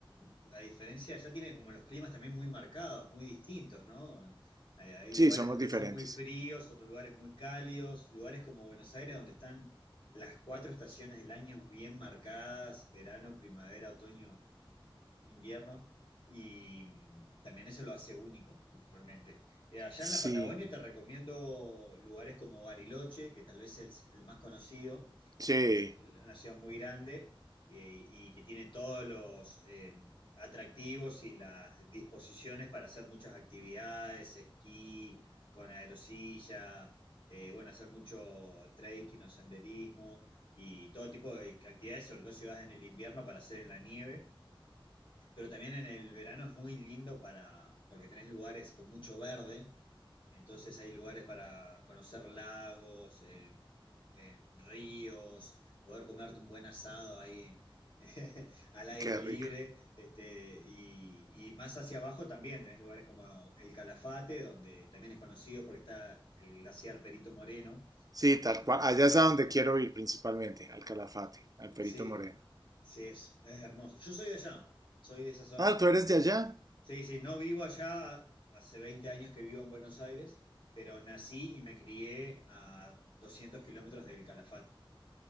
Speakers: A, on the left; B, on the right.
A: la diferencia ya tiene como los climas también muy marcados, muy distintos, ¿no? Hay, hay
B: sí,
A: lugares
B: somos
A: donde
B: diferentes.
A: son muy fríos, otros lugares muy cálidos, lugares como Buenos Aires donde están las cuatro estaciones del año bien marcadas, verano, primavera, otoño invierno, y también eso lo hace único, realmente. Eh, allá
B: Sí,
A: en la Patagonia te recomiendo lugares como Bariloche, que tal vez es el más conocido,
B: sí,
A: es el- una ciudad muy grande eh, y que tiene todos los eh, atractivos y las disposiciones para hacer muchas actividades, esquí, con aerosilla, eh, bueno, hacer mucho trekking o senderismo y todo tipo de actividades, sobre todo si vas en el invierno para hacer en la nieve. Pero también en el verano es muy lindo para, porque tenés lugares con mucho verde, entonces hay lugares para conocer lagos, eh, eh, ríos, poder comerte un buen asado ahí <laughs> al aire
B: qué
A: libre,
B: rico.
A: este, y, y más hacia abajo también tenés lugares como el Calafate, donde también es conocido porque está el glaciar Perito Moreno,
B: Sí,
A: que
B: tal
A: es un,
B: cual. Allá es a donde quiero ir principalmente, al Calafate, al Perito
A: sí,
B: Moreno.
A: sí, es, es hermoso. Yo soy de allá, soy de esa zona.
B: Ah, tú eres de allá.
A: Sí, sí, no vivo allá, hace 20 años que vivo en Buenos Aires, pero nací y me crié a 200 kilómetros del Calafate.